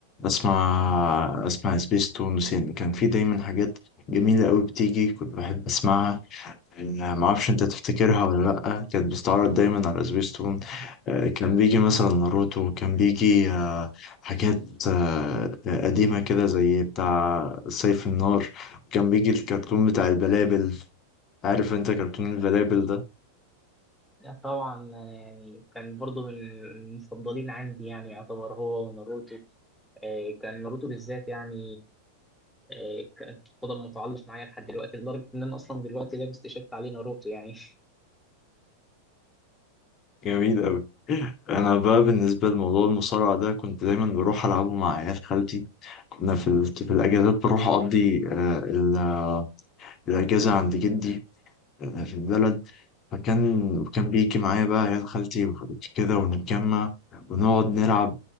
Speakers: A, on the left; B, in the centre.
A: اسمع اسمع سبيس تون وسين كان في دايما حاجات جميلة قوي بتيجي كنت بحب اسمعها ما اعرفش انت تفتكرها ولا لا كانت بتستعرض دايما على سبيستون آه، كان بيجي مثلا ناروتو كان بيجي آه، حاجات آه، قديمة كده زي بتاع سيف النار كان بيجي الكرتون بتاع البلابل عارف انت كرتون البلابل ده
B: طبعا يعني كان برضو من المفضلين عندي يعني يعتبر هو وناروتو آه، كان ناروتو بالذات يعني آه، ك- فضل متعلق معايا لحد دلوقتي لدرجة إن أنا أصلا دلوقتي لابس تيشيرت عليه ناروتو يعني
A: جميل قوي انا بقى بالنسبة لموضوع المصارعة ده كنت دايما بروح العبه مع عيال خالتي كنا في ال- في الاجازات بروح اقضي آه، ال- آه، الاجازة عند جدي آه، في البلد فكان وكان بيجي معايا بقى عيال خالتي وكده ونتجمع ونقعد نلعب